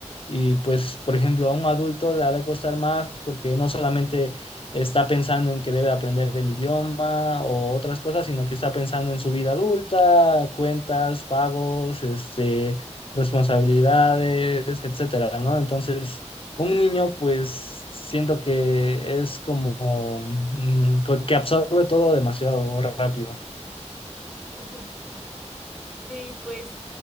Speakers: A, on the left; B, in the centre.
A: Y pues, por ejemplo, a un adulto le ha de costar más porque no solamente está pensando en que debe aprender el idioma o otras cosas, sino que está pensando en su vida adulta, cuentas, pagos, este, responsabilidades, etcétera, ¿no? Entonces, un niño, pues, siento que es como mm, co- que absorbe todo demasiado rápido.
B: <laughs> Sí, pues